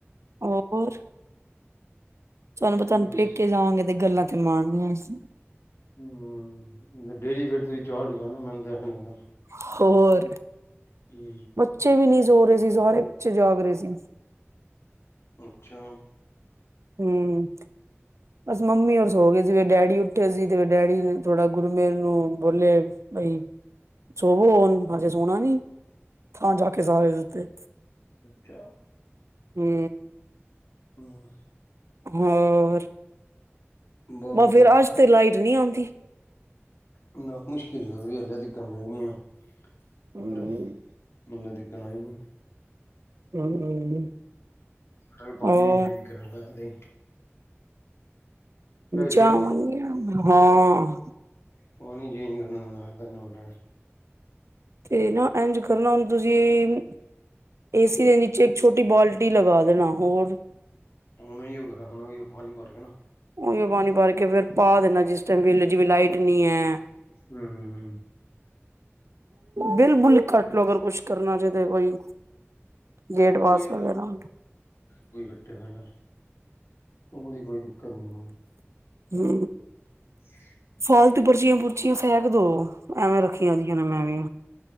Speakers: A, on the right; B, on the left.
A: ਹੋਰ? ਤੁਆਨੂੰ
B: ਹੂੰ
A: ਪਤਾ ਪੇੱਕੇ ਜਾਵਾਂਗੇ ਤੇ ਗੱਲਾਂ ਤੇ ਮਾਰਨੀਆਂ ਈ ਸੀ।
B: ਹੂੰ, ਡੇਲੀ ਫੇਰ ਤੁਹੀਂ ਚਾਰ ਵਜਾਣੇ ੳ ਮੇਨੂੰ ਤਾਂ ਐਵੇਂ ਲੱਗਦਾ।
A: ਹੋਰ?
B: ਹੂ
A: ਬੱਚੇ ਵੀ ਨੀ ਸੋ ਰੇ ਸੀ ਸਾਰੇ, ਬੱਚੇ ਜਾਗ ਰੇ ਸੀ।
B: ਅੱਛਾ
A: ਹੂ, ਬਸ ਮੰਮੀ ਔਰ ਸੋਗੇ ਸੀ ਜਿਵੇਂ ਡੈਡੀ ਉੱਠੇ ਸੀ ਤੇ ਡੈਡੀ ਨੇ ਥੋੜਾ ਗੁਰਮੇਲ ਨੂੰ ਬੋਲੇਆ, ਬਈ ਸੋਵੋ ਹੁਣ ਹਜੇ ਸੋਨਾ ਨੀ? ਥਾਂ ਜਾ ਕੇ ਸਾਰੇ ਸੁਤੇ
B: ਅੱਛਾ
A: ਹੂੰ
B: ਹੋਰ
A: ਹੋਰ?
B: ਬਹੁਤ
A: ਲੈ
B: ਵਧੀਆ
A: ਫੇਰ ਆਜ ਤੇ ਲਾਈਟ ਨੀਂ ਆਂਦੀ।
B: ਕਿੰਨਾ ਮੁਸ਼ਕਿਲ ਲੱਗਦੀ ਗਰਮੀ ਆ,
A: ਹੂੰ
B: ਮਤਲਬ ਮਿਨੂੰ ਦਿਕਨਾ ਈ ਨੀ
A: ਹੂੰ
B: ਮਟਰ ਪਾਣੀ
A: ਹੋਰ
B: ਵਿਚ ਈ ਕਰਦਾ ਨੀ
A: ਜਵਾਗਏ
B: ਚ
A: ਹਾ
B: ਪਾਣੀ ਚੇਂਜ ਕਰਨਾ
A: ਤੇ ਨਾ ਐਂਝ ਕਰਨਾ ਹੁਣ ਤੁਸੀਂ, ਏਸੀ ਦੇ ਨੀਚੇ ਇਕ ਛੋਟੀ ਬਾਲਟੀ ਬਾਲਟੀ ਲਗਾ ਦੇਣਾ ਹੋਰ
B: ਓਵੇਂ ਈ ਹੋਕੇ ਰਾਖਨਾ ਵੀ ਪਾਣੀ ਬ੍ਹਰਕੇ ਨਾ
A: ਉਵੇਂ ਪਾਣੀ ਬਰਕੇ ਫੇਰ ਪਾ ਦੇਨਾ ਜਿਸ ਟਾਈਮ ਬੀ ਵੇਲੇ ਜਿਵੇਂ ਲਾਈਟ ਨੀ ਐ।
B: ਹੂ ਹੂ ਹੂ
A: ਬਿਲ ਬੁਲ ਕੱਟ ਲੋੋ ਅਗਰ ਕੁਛ ਕਰਨਾ ਜਦੋ ਕੋਈ, ਗੇਟ ਪਾਸ
B: ਨਹੀਂ
A: ਵਗੈਰਾ
B: ਕੋਈ ਇਕੱਠੇ ਪੇ ਪੈਣਾ ਉਹਦੀ ਕੋਈ ਦਿੱਕਤ ਨ
A: ਹੂ
B: ਸ਼
A: ਆਲਤੁ ਪਰਚੀਆਂ ਪੁਰਚੀਆਂ ਫੈਕ ਦੋ, ਐਵੇਂ ਰੱਖੀਆਂ ਹੋਈਆਂ ਨੇ ਮੈਂ ਵੀ।